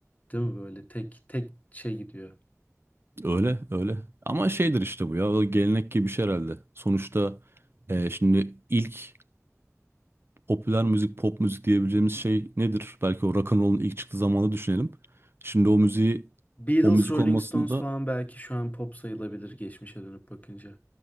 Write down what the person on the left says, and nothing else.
Değil mi böyle tek tek şey gidiyor.
Beatles,
Rolling
Stones falan belki şu an pop sayılabilir geçmişe dönüp bakınca.